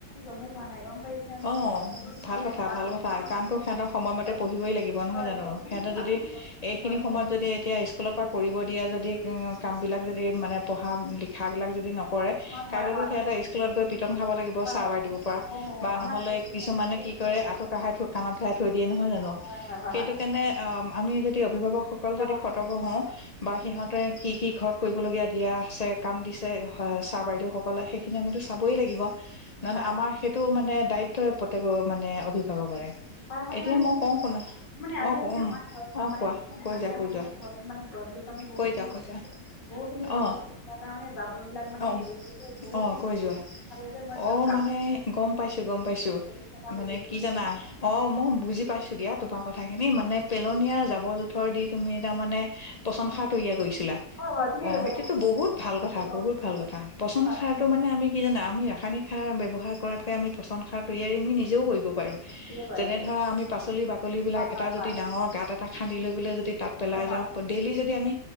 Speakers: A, on the left; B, on the left.
A: গমেই পোৱা নাই গম পাইছেনে
B: অঁ'
A: অলপ
B: ভাল
A: মানে
B: কথা
A: যাওঁ
B: ভাল কথা।
A: হয় হয়
B: কাৰণতো সিহঁতৰ সময়মতে
A: হয়
B: পঢ়িবই লাগিব নহয়
A: হয়
B: জানোঁ।
A: হয় মানে
B: সিহঁতে
A: কিয়
B: যদি
A: আমাৰ ঘৰত মানে
B: এইখিনি
A: হয় হয়
B: সময়ত যদি এতিয়া স্কুলৰ পৰা- কৰিব দিয়া যদি- কাম বিলাক যদি মানে পঢ়া লিখাবিলাক যদি নকৰে
A: হয়
B: কাইলেতো
A: হয়
B: সিহঁতে স্কুলত গৈ পিটন খাব লাগিব।
A: হয়
B: ছাৰ
A: হয়
B: বাইদেউৰ
A: হয় হয়
B: পৰা
A: হয় হয় হয়
B: বা
A: আমাৰ
B: নহলে
A: এই
B: কিছুমানে
A: হয় হয় ঠিকে
B: কি
A: কৈছে।
B: কৰে আঠু কহাই থৈ কাণত ধৰাই থৈ দিয়ে নহয় জানোঁ
A: হয় হয় হয় হয়
B: সেইটো
A: হয়
B: কাৰণে অ', আমি যদি অভিভাৱকসকল
A: হয়
B: যদি
A: হয়
B: স ৰ্তক হও বা
A: উম,
B: সিহঁতে কি, কি ঘৰত কৰিবলগীয়া দিয়া আছে কাম দিছে হ চাৰ বাইদেউ সকলে এইখিনি আমিটো চাবই লাগিব কাৰন
A: হয়
B: আমাৰ এইটো মানে দায়ি তয় প্ৰতেকৰ মানে অভিভাৱকৰে
A: হয়, মানে,
B: এতিয়া
A: মানে
B: মই
A: কি
B: কওঁ
A: হৈছে
B: শুনা
A: মানে আজি
B: অ কম
A: মানে আমাৰ ঘৰত
B: অ
A: মানে
B: কোৱা
A: কি জানে
B: কৈ
A: আজি
B: যোৱা
A: আমাৰ
B: কৈ যোৱা
A: মানে ধৰ মানে গছ গছনি বহুত
B: কৈ
A: খিনি
B: যোৱা কৈ যোৱা
A: বহু খিনি
B: অ
A: গছ গছনি তাৰ কাৰণে জাবৰ বিলাক মানে
B: অ
A: হেৰি হ'ল। যে বহুতখিনি
B: অ কৈ যোৱা
A: ফালে যে মই একদম
B: অ',
A: জাবৰ
B: মানে গম পাইছোঁ গ'ম পাইছোঁ
A: বুলি চাফা কৰি
B: মানে
A: দিছোঁ
B: কি জানা।
A: গম
B: অ', মই বুজি পাইছোঁ দিয়া তোমাৰ কথা খিনি মানে পেলনীয়া জাবৰ জোঁথৰ দি তুমি তাৰ মানে
A: পাইছে
B: প্ৰচনসাৰ তৈয়াৰ কৰিছিলা
A: হয় হয় ঠিকে
B: অ',
A: কৈছে
B: সেইটোতো
A: গম
B: বহুত ভাল
A: পাইছোঁ
B: কথা বহুত ভাল কথা। পচন
A: হয় হয়
B: সাৰটো মানে আমি কি জানা আমি ৰাসায়নিক সাৰ ব্যৱহাৰ কৰাতকৈ আমি পচন সাৰ তৈয়াৰী আমি নিজেও কৰিব পাৰো,
A: ঠিকে কৈ
B: যেনে
A: আছে
B: ধৰা আমি পাচলি বাকলি বিলাক
A: হয়
B: এটা
A: হয়
B: যদি
A: হয়
B: ডাঙৰ গাত খান্দি লৈ যদি তাত পেলাই
A: হয় হয়
B: যাওঁ
A: হয়
B: ডেইলি যদি আমি